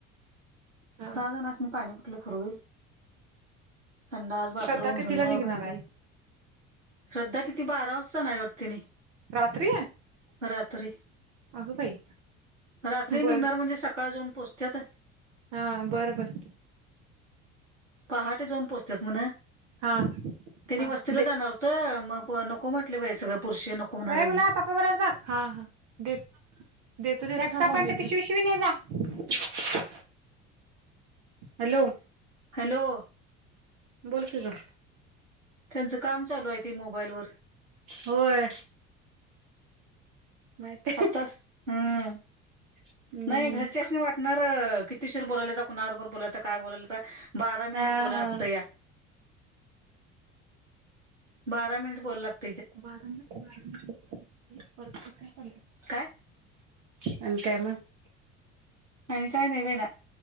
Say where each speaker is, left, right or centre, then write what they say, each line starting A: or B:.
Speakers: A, on the right; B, on the right.
A: हा
B: सहा जनासनी पाणी कुठले फूरहोईल. खंडास, बाथरूम,
A: श्रद्धा कितीला
B: धुन,
A: निघणार
B: भांडी?
A: आहे
B: श्रद्धा किती बारा वाजताना जाणार आहेत वाटत तेनी.
A: रात्री?
B: रात्री
A: अगं बाई
B: रात्री निघणार
A: बर
B: म्हणजे सकाळ जाऊन पोचत्यात.
A: हा बर, बर.
B: पहाटे जाऊन पोचतात म्हण
A: हा
B: तेनि
A: हा
B: वस्तीला
A: दे
B: जाणार होत. मग नको म्हटले बाई सगळी पुरुष नको म्हणाय
A: अय
B: लागली.
A: मुला पप्पा बरोबर बघ हा हा देत देतो देतो थांब मम्मी कड, एक्सा पानाची पिशवी न्हेजा. हॅलो?
B: हॅलो.
A: बोल की ग.
B: त्यांचं काम चालू आहे ते मोबाईल वर!
A: होय. माहित
B: आत्ताच हम्म
A: हम्म
B: नाही. घरच्याच नाही. वाटणार किती उशीर बोलाल्याता, कुणा बरोबर बोलाल्याता, काय बोलाल्याता बारा मिनिट
A: हा
B: बोलाय
A: हा
B: लागत या! बारा मिनिट बोलाय लागत?
A: बारावी-बारावी परत.
B: काय
A: अन त्यामध्ये.
B: आणि काय नाही बाईना.